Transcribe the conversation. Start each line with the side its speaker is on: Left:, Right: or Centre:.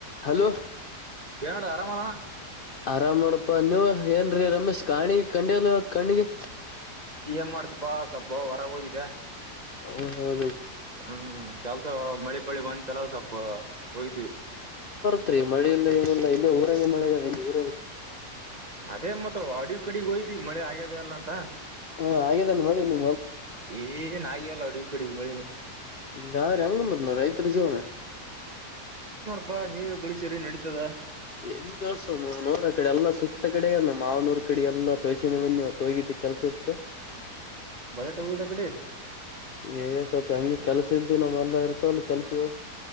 Left: Hello
Right: ನೋಡ ಅರಾಮಲ್ಲಣ
Left: ಆರಾಮ್ ಮಾಡೋಪ್ಪಾ ನೀವ ಏನ್ರೀ ರಮೇಶ್ ಕಾಣಿ ಕಂಡೇಲ್ಲ ಇವತ್ ಕಣ್ಣಿಗೆ
Right: ಏನ್ ಮಾಡ್ದಪಾ ಸ್ವಲ್ಪ ಹೊರಗೆ ಹೋಗಿದ್ದೆ
Left: ಹೌದೌದು
Right: ಹ್ಮ್ ಕೆಲ್ಸ ಮಳೆ ಪಳಿ ಬಂತೆಲ್ಲ ಸ್ವಲ್ಪ ಹೋಗಿದ್ವಿ
Left: ಅ ಮಳೆಯ ಇಲ್ಲ ಏನಲ್ಲ ಇಲ್ಲ ಊರಗೆ ಮಳೆ ಇಲ್ಲ ಇಲ್ಲಿ
Right: ಅದೇ ಮತ್ತ ಅಡಿ ಕಡೆಯ್ದವಿ ಮಳೆ ಆಗ್ಯದ ಇಲ್ಲ ಅಂತ
Left: ಹಾ ಆಗಿದ್ದಾನನ್ ಹೋಳಿ ನೀ
Right: ಏನಾಗಿಲ್ಲ ಅಡಿವಿ ಕಡಿ ಮಳಿ ನೇ
Left: ಇಂಗಾದ್ರ ಹಂಗಮತ ರೈತರ ಜೀವನಾ
Right: ಅಪ್ಪಾ ನೀವೇ ಗಳಿಸಿರಿ ನಡೀತದ
Left: ಎಲ್ಲಿ ಗಳಸುನು ನೋಡ ಕಡೆ ಎಲ್ಲ ಸುಸ್ತ ಕಡೆ ನಮ್ಮ ಮಾವನವರ್ ಕಡೆ ಎಲ್ಲಾ ತೋಷಿನ ಬನ್ನಿ ತೋಗಿದ್ದ ಕೆಲ್ಸ ಇತ್ತು
Right: ಬರಟ ಹೋಗಿಯದ ಕಡೆ
Left: ಏ ಸ್ವಲ್ಪ ಹಂಗೆ ಕೆಲ್ಸ ಇದ್ದು ನಮ್ಮಹೋಲ್ಲಾ ಇರ್ತವ ಕೆಲ್ಸಗಳು